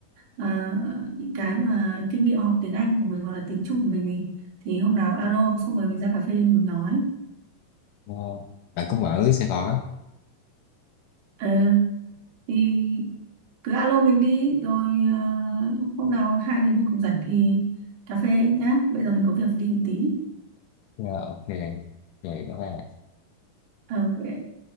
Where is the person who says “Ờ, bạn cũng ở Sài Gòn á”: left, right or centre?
Left